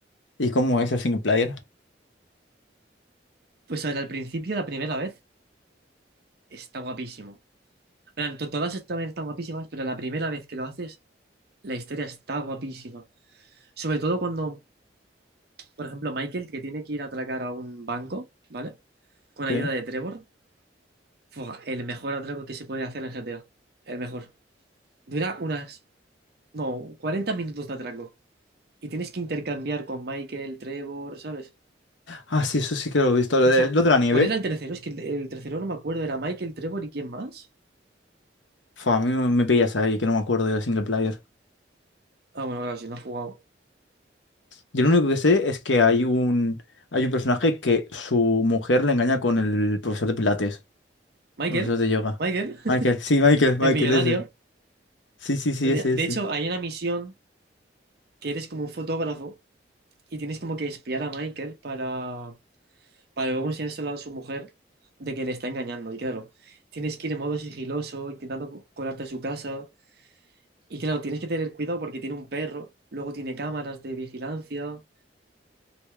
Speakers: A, on the left; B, on the right.
A: y cómo es el Single Player?
B: Pues a ver, al principio, la primera vez, está guapísimo. En plan, to- todas est- también están guapísimas, pero la primera vez que lo haces, la historia está guapísima. Sobre todo cuando, por ejemplo, Michael, que tiene que ir a atracar a un banco, ¿vale? Con ayuda
A: Sí.
B: de Trevor. Fua, el mejor atraco que se puede hacer en GTA. El mejor. Dura unas, no, 40 minutos de atraco. Y tienes que intercambiar con Michael, Trevor, ¿sabes?
A: Ah, sí, eso sí que lo he visto. Lo
B: Escucha,
A: de, lo de la nieve.
B: ¿cuál era el tercero? Es que el, el tercero no me acuerdo. ¿Era Michael, Trevor y quién más?
A: Fua, a mí me me pillas ahí, que no me acuerdo del single player.
B: Ah, bueno, claro, si no ha jugado.
A: Yo lo único que sé es que hay un, hay un personaje que su mujer le engaña con el profesor de Pilates,
B: Michael,
A: profesor de yoga.
B: Michael, <laughs>
A: Michael, sí, Michael,
B: el
A: Michael,
B: millonario.
A: ese. Sí, sí, sí,
B: De,
A: ese,
B: de
A: ese.
B: hecho, hay una misión que eres como un fotógrafo y tienes como que espiar a Michael para, para luego enseñárselo a su mujer de que le está engañando. Y claro, tienes que ir en modo sigiloso, intentando co- colarte a su casa. Y claro, tienes que tener cuidado porque tiene un perro, luego tiene cámaras de vigilancia.